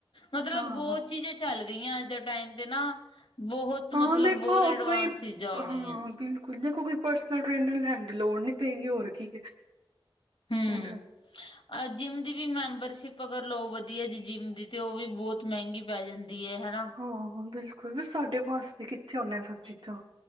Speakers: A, on the left (about 75°); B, on the right (about 75°).
A: ਮਤਲਬ
B: ਹਾਂ
A: ਬਹੁਤ ਚੀਜ਼ਾਂ ਚੱਲ ਰਆਂ ਅੱਜ ਦੇ ਟਾਈਮ ਤੇ ਨਾ, ਬਹੁਤ ਮਤਲਬ
B: ਹਾਂ, ਦੇਖੋ
A: ਬਹੁਤ ਐਡਵਾਂਸ
B: ਕੋਈ,
A: ਚੀਜ਼ਾਂ ਹੋ
B: ਹਾ
A: ਗਈਆਂ ਨੇ
B: ਬਿਲਕੁਲ, ਦੇਖੋ ਕੋਈ ਪਰਸ ਨਲ ਟ੍ਰੇਨਰ ਲੈਣ ਦੀ ਲੋੜ ਨੀ ਪਏਗੀ। ਹੋਰ ਕੀ,
A: ਹੂੰ
B: ਮੈਂ
A: ਅ <inaudible> ਜਿੰਮ ਦੀ ਵੀ ਮੈਂਬਰਸ਼ਿਪ ਅਗਰ ਲਓ, ਵਧੀਆ ਜੀ, ਜਿੰਮ ਦੀ ਤੇ, ਉਹ ਵੀ ਬਹੁਤ ਮਹਿੰਗੀ ਪੈ ਜਾਂਦੀ ਹੈ ਹਨਾ?
B: ਹਾਂ, ਬਿਲਕੁਲ ਵੀ, ਸਾਡੇ ਵਾਸਤੇ ਕਿੱਥੇ ਹੋਣ ਇਹ ਸਭ ਚੀਜ਼ਾਂ?